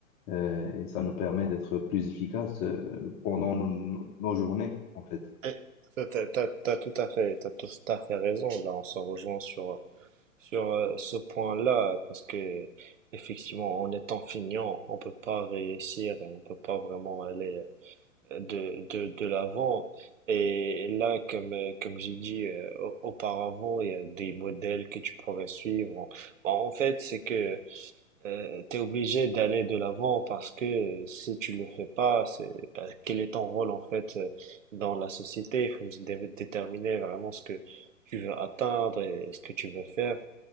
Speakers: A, on the left (about 30°); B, on the right (about 60°).
A: euh, et ça nous permet d'être plus efficaces euh, pendant nos, nos journées, en fait.
B: Eh, T'as, t'as- t'as- t'as tout à fait, t'as tout à fait raison. Là, on se rejoint sur, sur euh, ce point-là, parce que effectivement, en étant feignant, on peut pas réussir et on peut pas vraiment aller de, de, de l'avant. Et là, comme, euh, comme j'ai dit euh, a- auparavant, il y a des modèles que tu pourrais suivre. Bon, en fait, c'est que euh, t'es obligé d'aller de l'avant parce que euh, si tu le fais pas, c'est bah, quel est ton rôle en fait euh, dans la société? Il faut se dé- déterminer vraiment ce que tu veux atteindre et ce que tu veux faire.